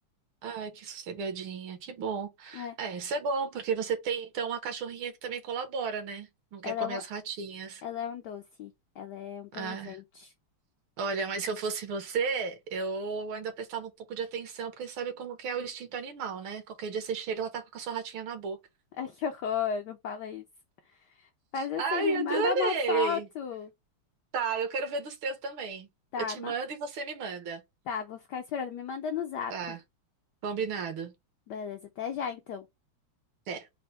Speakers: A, on the right; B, on the left.
A: Ai, que sossegadinha, que bom.
B: É,
A: É, isso é bom, porque você tem então uma cachorrinha que também colabora, né? Não quer
B: ela
A: comer
B: é um,
A: as ratinhas.
B: ela é um doce. Ela é um presente.
A: Ah, olha, mas se eu fosse você, eu ainda prestava um pouco de atenção, porque sabe como que é o instinto animal, né? Qualquer dia você chega, ela tá com a sua ratinha na boca.
B: <laughs> Ai, que horror, não fala isso. Faz assim,
A: Ai,
B: me
A: adorei!
B: manda uma foto.
A: Tá, eu quero ver dos teus também.
B: Tá,
A: Eu te
B: ma-
A: mando e você me manda.
B: tá, vou ficar esperando. Me manda no zap.
A: Tá, combinado.
B: Beleza, até já então.
A: Até.